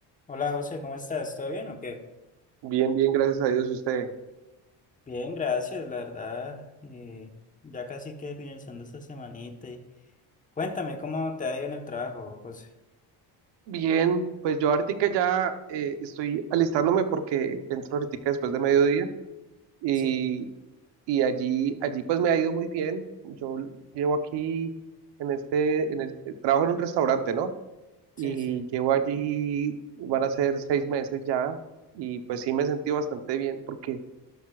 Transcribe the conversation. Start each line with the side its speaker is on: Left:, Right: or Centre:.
Left: Hola José, ¿cómo estás? ¿Todo bien o qué?
Right: Bien, bien, gracias a Dios. ¿Y usted?
Left: Bien, gracias, la verdad. eh, ya casi que finalizando esta semanita. y- Cuéntame cómo te ha ido en el trabajo, José.
Right: Bien, pues yo ahorita ya eh, estoy alistándome porque entro ahorita después de mediodía y,
Left: Sí,
Right: y allí, allí pues me ha ido muy bien. Yo llevo aquí en este, en el, trabajo en un restaurante, ¿no?
Left: sí,
Right: Y
Left: sí.
Right: llevo allí, van a ser seis meses ya y pues sí me he sentido bastante bien porque